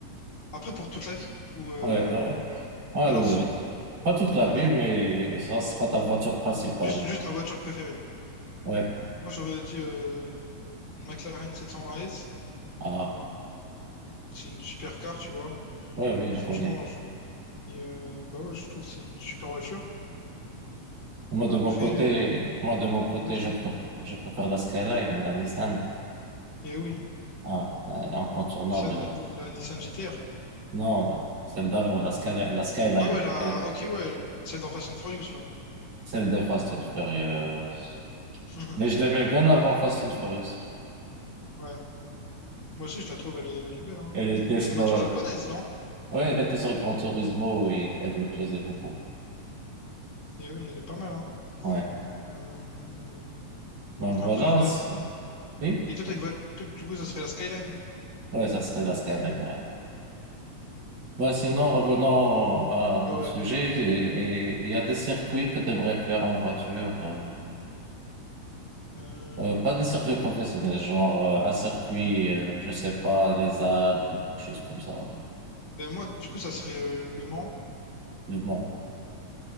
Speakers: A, on the left; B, on the right.
A: Après, pour toute la vie. Ou... euh,
B: Ouais, euh, ouais,
A: Alors si...
B: euh, pas toute la
A: ah
B: vie,
A: Ouais.
B: mais ça sera ta voiture principale.
A: Juste, juste ma voiture préférée.
B: Ouais.
A: Moi, j'aurais dit euh, une McLaren 720S.
B: Ah,
A: C'est une super car, tu vois.
B: ouais, oui,
A: Et
B: je
A: franchement,
B: connais.
A: je- Et euh, bah ouais, je trouve que c'est une super voiture.
B: Moi, de
A: Après,
B: mon côté,
A: euh,
B: moi, de mon côté,
A: ouais, dis-moi.
B: je préfère, je préfère la Skyline, la Nissan.
A: Et oui,
B: Ah, euh, incontournable.
A: Nissan, la Nissan GT-R.
B: Non, non. Celle d'avant, la Sky, la Skyline,
A: Ah ouais, la,
B: eh,
A: ok, ouais, celle dans Fast and Furious, là.
B: celle de Fast and Furious.
A: <laughs>
B: Mais je l'aimais bien avant Fast and Furious.
A: Ouais, moi aussi, je la trouve, elle est, elle est belle, hein.
B: Elle était
A: Mais
B: sur,
A: c'est une voiture japonaise, non?
B: ouais, elle était sur Gran Turismo et elle me plaisait beaucoup.
A: Et oui, elle est pas mal, hein.
B: Ouais.
A: Euh,
B: Ben voilà,
A: Après, une
B: sin-
A: autre...
B: oui.
A: Et toi, t'as une voiture, du coup, ça serait la Skyline.
B: Ouais, ça serait la Skyline, ouais. Ben sinon,
A: Ouais,
B: revenons
A: franchement.
B: à
A: Ouais,
B: notre
A: ouais.
B: sujet. Et et il y a des circuits que tu aimerais faire en voiture. euh,
A: Euh,
B: euh, pas des circuits professionnels, genre euh, un circuit, euh, je sais pas, les Alpes ou quelque chose comme ça.
A: ben, moi, du coup, ça serait euh, Le Mans.
B: Le Mans.